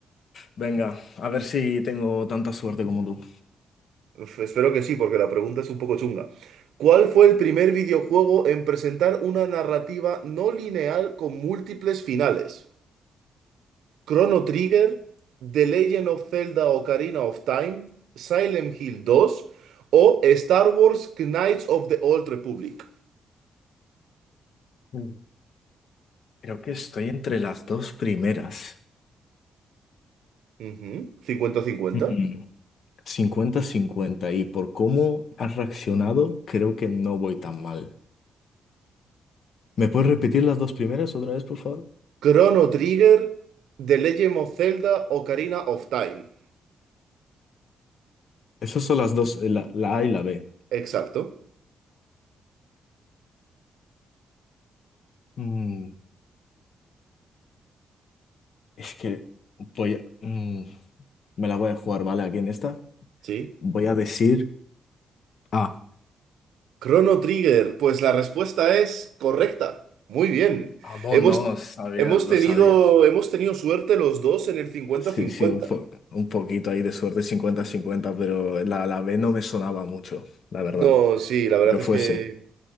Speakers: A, on the left; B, on the right.
A: Venga, a ver si tengo tanta suerte como tú.
B: Uf, espero que sí, porque la pregunta es un poco chunga. ¿Cuál fue el primer videojuego en presentar una narrativa no lineal con múltiples finales? ¿Chrono Trigger, The Legend of Zelda Ocarina of Time, Silent Hill dos o Star Wars Knights of the Old Republic?
A: Mm. Creo que estoy entre las dos primeras.
B: Ujú, cincuenta 50
A: Mm, cincuenta 50 y por cómo has reaccionado, creo que no voy tan mal. ¿Me puedes repetir las dos primeras otra vez, por favor?
B: Chrono Trigger, The Legend of Zelda Ocarina of Time.
A: Esas son las dos, eh, la, la A y la B.
B: Exacto.
A: Mm, es que voy a- mm, me la voy a jugar, ¿vale? Aquí en esta.
B: Sí,
A: Voy a decir A.
B: Chrono Trigger, pues la respuesta es correcta. Muy bien.
A: Vámonos,
B: Hemos,
A: sabía,
B: hemos
A: lo
B: tenido,
A: sabía.
B: hemos tenido suerte los dos en el cincuenta-cincuenta.
A: Sí, sí, un, po- un poquito ahí de suerte 50-50, pero la, la B no me sonaba mucho, la verdad,
B: No, sí, la verdad
A: que
B: es
A: fuese.
B: que...